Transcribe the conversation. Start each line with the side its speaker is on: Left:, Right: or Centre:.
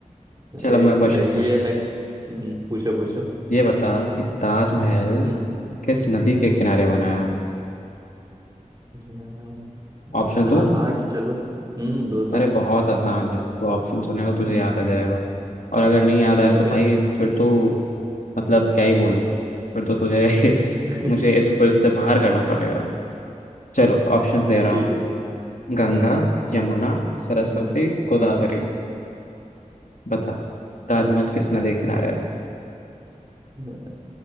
Left: चलो
Right: एक
Left: मैं क्वेश्चन
Right: सही
Left: पूछता
Right: है लग
Left: हूँ
Right: हम्म, पूछो पूछो
Left: ये बता कि ताजमहल
Right: हम्म,
Left: किस नदी के किनारे बना है
Right: यार,
Left: ऑप्शन
Right: इतना
Left: दो
Right: हार्ड चलो हम्म दो
Left: अरे
Right: दो
Left: बहुत आसान है तो ऑप्शन सुनेगा
Right: हम्म,
Left: तुझे याद आ जाएगा और अगर नहीं याद
Right: ठीक
Left: आया तो भाई
Right: है
Left: फिर तो मतलब क्या ही बोलूँ फिर तो तुझे <laughs>
Right: <laughs>
Left: मुझे इस क्विज से बाहर करना पड़ेगा चलो ऑप्शन दे रहा
Right: ठीक
Left: हूँ
Right: है ठीक है।
Left: गंगा
Right: हम्म
Left: यमुना सरस्वती
Right: हम्म
Left: गोदावरी
Right: हम्म,
Left: बता ताजमहल किस नदी किनारे है
Right: अ,